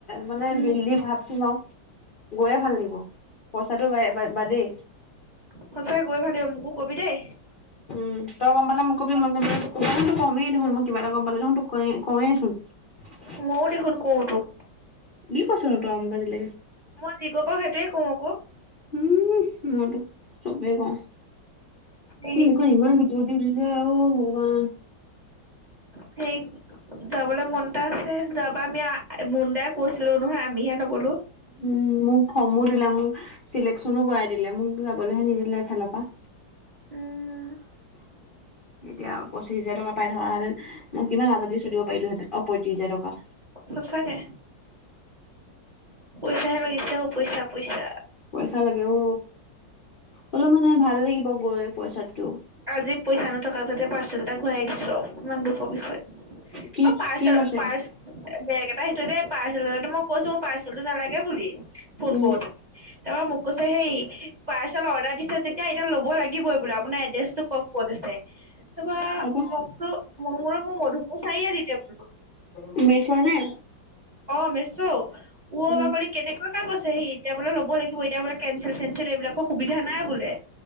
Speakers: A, on the left (about 55°); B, on the right (about 30°).
A: মানে
B: উম
A: দিল্লী ভাব চোন বাও। গৈয়ে ভাল লাগিব, পইচাটো বাই বাই বাদেই।
B: সঁচাকৈয়ে গৈ ভাল লাগিব মোকো কবি দেই।
A: উম তই গম পালে মোক কবি মই গম পালে তোক কম মই দেখোন
B: অ
A: কিবা এটা গম পালে কওৱে চোন। <inaudible>
B: মও দেখোন কও তোক।
A: কি কৈছোঁ নো তই মোক আজিলেকে।
B: মোৰ যি কব সেইটোৱে কম আকৌ।
A: উম, মই তোক চবে কও
B: এই
A: মুখ ইমান গুটি উঠিছে আও ভগৱান
B: সেইক যাবলৈ মনএটা আছে যোৱাবাৰ আমি মুণ্ডাই কৈছিলে নহয় আমিহে নগলো।
A: উম, মোক ফমো দিলে মোক চিলেকশচনো কৰাই দিলে মোক যাবলেহে নিদিলে এফালৰ পা
B: উম,
A: এতিয়া পঁচিছ হাজাৰ টকা পাই থকাহেতেন মই কিমান আজাদি চলিব পাৰিলোহেতেন। পয়েটিছ হাজাৰ টকা।
B: সচাকে। পইচাহে লাগিছেও পইচা - পইচা।
A: পইচা লাগে অ, অলপ মানে ভাল লাগিব গৈ পইচাতকেও।
B: আজি পইচা নথকা যতে পাৰ্চেল এটা ঘূৰাই দিছো। ইমান দুখৰ বিষয়ে
A: কি
B: অ, পাৰ্চ
A: কি পাইছে
B: - পাৰ্চ বেগ এটা সেইটো দ পাৰ্চেল এ মই কৈছো পাৰ্চেলটো নালাগে বুলি ফোন
A: উম
B: কৰোতে। তাৰপৰা মোক কৈছে সেই পাৰ্চেল অৰ্ডাৰ দিছে তেতিয়া এতিয়া ল'ব লাগিবই বোলে আপোনাৰ এড্ৰেছ ক'ত আছে তপা
A: তাৰপা
B: মোকতো ম মোৰ - মোৰ মধু চাৰিআলি বুলো।
A: শুনিছা নে?
B: অ, মেছও অ,
A: উম
B: বাকলি কেনেকুৱা কে কৈছে সি এতিয়া বোলে লব লাগিবই এতিয়া বোলে কেঞ্চেল চেনঞ্চেল এইবিলাক সুবিধা নাই বোলে